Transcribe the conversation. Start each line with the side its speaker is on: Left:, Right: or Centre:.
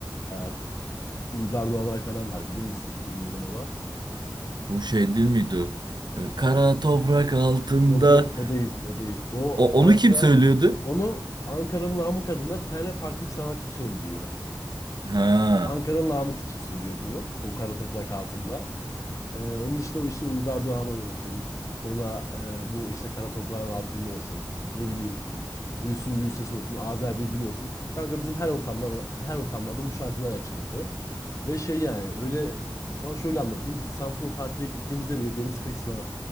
Left: E, Uygar Doğanay falan var bilir misin? Bilmiyorum ama.
Right: Bu şey değil miydi o? E, Kara toprak altında.
Left: Yok yok o değil o değil. O
Right: O,
Left: kanka
Right: onu kim söylüyordu?
Left: onu Ankara'nın namı adına bir tane farklı bir sanatçı söylüyor.
Right: Ha.
Left: Ankara'nın Namık için söylüyor bunu. O kara toprak altında. Ee, onun dışında o işte Uygar Doğanoy olsun. Sonra e, bu işte kara toprağın altında olsun. Ne bileyim. Müslüm Gürses olsun. Azer Bülbül olsun. Kanka bizim her ortamlar her ortamlarda bu şarkılar açılırdı. Ve şey yani öyle sana şöyle anlatayım. Biz Samsun'a tatile gittiğimizde bile deniz kıyısına